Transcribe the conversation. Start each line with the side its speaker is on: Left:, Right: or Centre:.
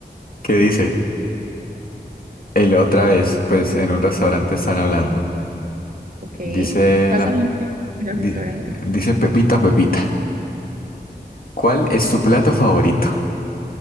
Left: que dice, el otra vez, pues en un restaurante están hablando.
Right: Ok,
Left: Dice
Right: pasa
Left: la,
Right: mucho en
Left: di-
Right: los restaurantes.
Left: dice Pepita, Pepita, ¿cuál es tu plato favorito?